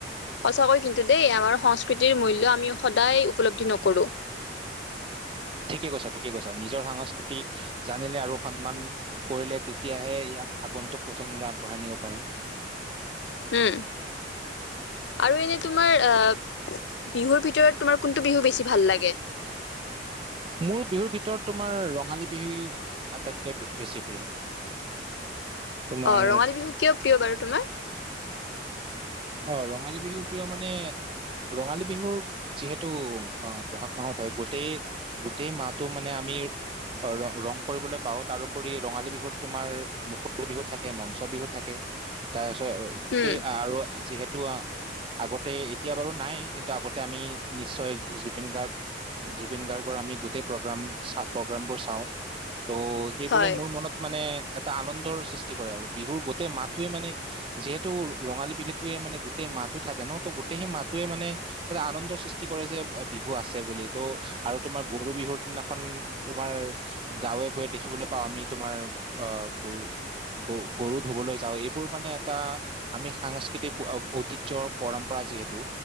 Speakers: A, on the left (about 75°); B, on the right (about 30°).
A: সঁচাকৈ কিন্তু দেই আমাৰ সংস্কৃতিৰ মূল্য আমি সদায় উপলব্ধি নকৰো
B: ঠিকে কৈছো ঠিকে কৈছা নিজৰ সংস্কৃতি জানিলে আৰু সন্মান কৰিলে তেতিয়াহে ইয়াক আগন্তুক প্ৰজন্ম আগবঢ়াই নিব পাৰিম
A: উম আৰু এনে তোমাৰ অঁ বিহুৰ ভিতৰত তোমাৰ কোনটো বিহু বেছি ভাল লাগে
B: মোৰ বিহুৰ ভিতৰত তোমাৰ ৰঙালী বিহু আটাইতকৈ বেছি প্ৰিয় তোমাৰ
A: অঁ ৰঙালী বিহু কিয় প্ৰিয় বাৰু তোমাৰ
B: অ ৰঙালী বিহু কিয় মানে ৰঙালী বিহু যিহেতু অ বহাগ মাহত হয় গোটেই গোটেই মাহটো মানে আমি ৰ ৰং কৰিবলৈ পাওঁ তাৰপৰি ৰঙালী বিহুত তোমাৰ মুকল বিহু থাকে মঞ্চ বিহু থাকে তাৰ গোটেই
A: উম
B: আৰু যিহেতু আগতে এতিয়া বাৰু নাই কিন্তু আগতে আমি নিশ্চয় জুবিন গাৰ্গ জুবিন গাৰ্গৰ আমি গোটেই প্ৰগ্ৰাম চা প্ৰগ্ৰামবোৰ চাওঁ ত' সেইবোৰে
A: হয়
B: মোৰ মনত মানে এটা আনন্দৰ সৃষ্টি কৰে আৰু বিহুৰ গোটেই মাহটোৱে মানে যিহেতু ৰঙালী বিহুত য়ে মানে গোটেই মাতো থাকে ন ত গোটেই সেই মাতোয়ে মানে এটা আনন্দৰ সৃষ্টি কৰে যে বিহু আছে বুলি ত' আৰু তোমাৰ গৰু বিহুৰ দিনা খন তোমাৰ গাঁৱে গৈয়ে দেখিবলৈ পাওঁ আমি তোমাৰ অ গৰু গৰু গৰু ধুবলৈ যাওঁ এইবোৰ মানে এটা আমি সাংস তিক ঐতিয্য পৰম্পৰা যিহেতু